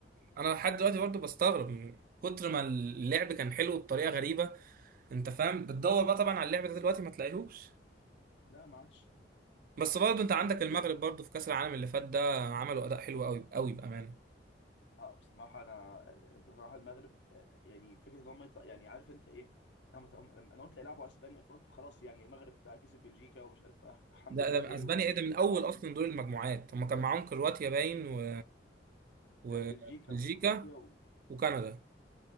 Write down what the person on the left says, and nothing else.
لا ما عادش
قليل
قوي
اه بصراحة أنا بصراحة المغرب آه، يعني فكرة إن هم يط- يعني عارف أنت إيه؟ لما ت- لما أنا قلت هيلعبوا أسبانيا فقلت خلاص يعني المغرب بقى كسب بلجيكا ومش عارف آه، الحمد
لله خير
و-
وعظمة
كان بلجيكا وكرواتيا و...